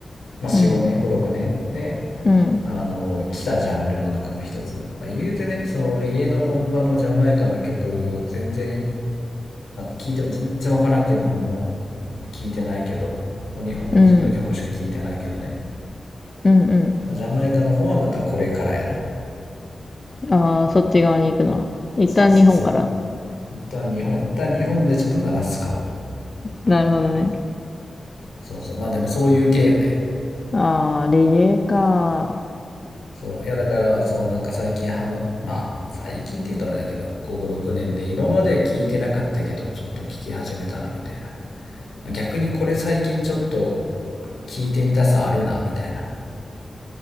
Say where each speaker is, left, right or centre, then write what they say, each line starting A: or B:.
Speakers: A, on the left; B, on the left.
A: まあよん、
B: うん、
A: 45年56年で
B: うん、
A: あの来たジャンルの中の一つ、まあ、言うてねそのレゲエの本場のジャマイカの曲全然聞いても全然分からんけん何も聞いてないけど日本人の曲しか聞いてないけどね
B: うん、うん、
A: ジャマイカの方はまたこれからやな
B: うん。ああ、そっち側に行くのは。一旦日本から。
A: そうそうそう一旦日本一旦日本でちょっと鳴らすかも
B: なるほどね。
A: そうそうまあでもそういう系よね
B: ああ、レゲエか。
A: そういやだからそのなんか最近ハマっまあ最近って言うとあれだけどここ6年で今まで聞いてなかったけどちょっと聞き始めたなみたいな逆にこれ最近ちょっと聞いてみたさあるなみたいな。